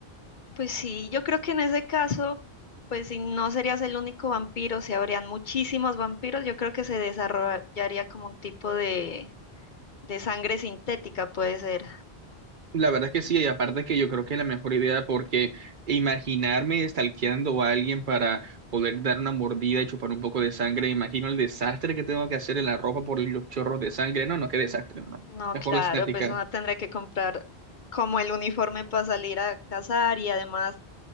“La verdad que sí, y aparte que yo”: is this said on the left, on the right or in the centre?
Right